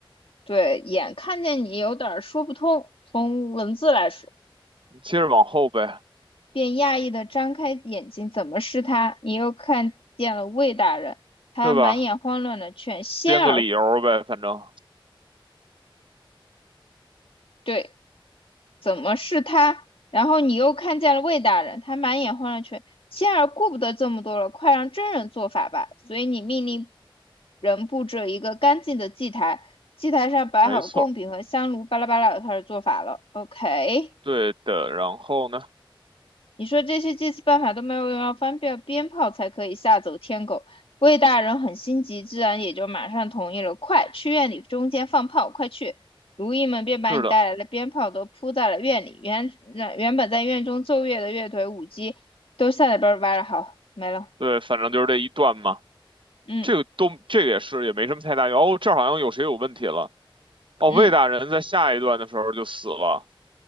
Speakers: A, on the left; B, on the right.
A: 对，眼看见你有点儿说不通，从文字来说，
B: 你接着往后呗，
A: 便讶异的张开眼睛，怎么是他？你又看见了魏大人，他满眼慌乱的劝仙儿，
B: 对吧？编个理由儿呗，反正
A: 对，怎么是他？然后你又看见了魏大人，他满眼混乱却，仙儿顾不得这么多了，快让真人做法吧。所以你命令人布置一个干净的祭台，祭台上摆好贡品和香炉，
B: 没错儿
A: 巴拉巴拉，开始做法了。OK。
B: 对的。然后呢，
A: 你说这些祭祀办法都没有用，要翻遍鞭炮才可以吓走天狗。魏大人很心急，自然也就马上同意了。快去院里中间放炮，快去！如役们便把你带来的鞭炮都铺在了院里。
B: 是的，
A: 原那原本在院中奏乐的乐队、舞姬都下来边儿歪了，好，没了。
B: 对，反正就是这一段嘛。
A: 嗯
B: 这个都这个也是也没什么太大用。哦，这儿好像有谁有问题了。哦，
A: 嗯，
B: 魏大人在下一段的时候就死了，